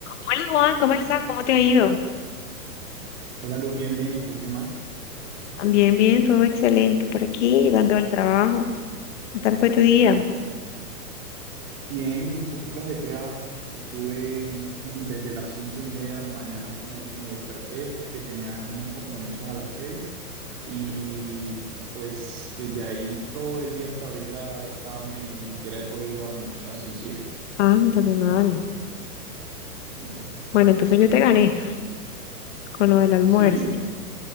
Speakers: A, on the left (about 45°); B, on the right (about 40°).
A: Hola Juan, ¿cómo estás? ¿Cómo te ha ido?
B: Hola Luz, bien, bien. ¿Y tú qué más?
A: También bien, todo excelente por aquí, llegando al trabajo. ¿Qué tal fue tu día?
B: Bien, un poquito ajetreado. Estuve desde las cinco y media de la mañana, me, me desperté porque tenía unos compromisos a las seis y pues desde ahí todo el día hasta ahorita he estado en eso, ni siquiera he podido almorzar siquiera.
A: Anda, qué mal.
B: Sí,
A: Bueno, entonces yo te gané con lo del almuerzo.
B: sí,